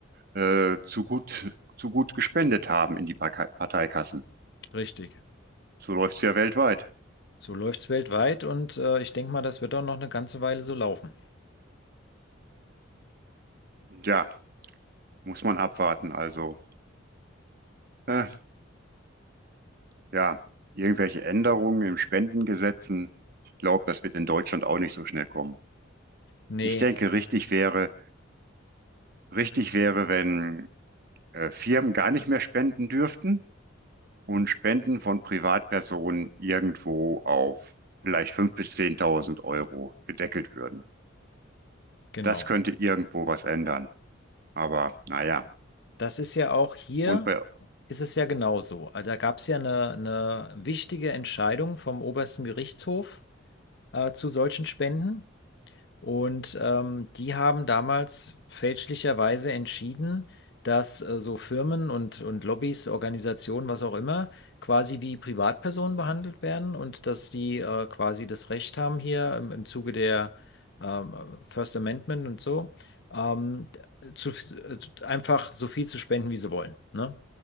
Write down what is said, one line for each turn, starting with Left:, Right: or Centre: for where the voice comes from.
Right: äh, zu gut, zu gut gespendet haben in die Parka- Parteikassen.
Left: Richtig.
Right: So läuft es ja weltweit.
Left: So läuft es weltweit und äh, ich denke mal, das wird auch noch eine ganze Weile so laufen.
Right: Ja, muss man abwarten. Also, äh, ja, irgendwelche Änderungen im Spendengesetzen. Ich glaube, das wird in Deutschland auch nicht so schnell kommen.
Left: Nee,
Right: Ich denke, richtig wäre, richtig wäre, wenn äh, Firmen gar nicht mehr spenden dürften und Spenden von Privatpersonen irgendwo auf vielleicht 5.000 bis 10.000 Euro gedeckelt würden.
Left: genau.
Right: Das könnte irgendwo was ändern. Aber naja,
Left: Das ist ja auch hier,
Right: und bei,
Left: ist es ja genauso. Also da gab es ja eine, eine wichtige Entscheidung vom obersten Gerichtshof äh, zu solchen Spenden. Und ähm, die haben damals fälschlicherweise entschieden, dass äh, so Firmen und, und Lobbys, Organisationen, was auch immer, quasi wie Privatpersonen behandelt werden und dass die äh, quasi das Recht haben hier im, im Zuge der ähm, First Amendment und so, ähm, zu, äh, einfach so viel zu spenden, wie sie wollen. Ne?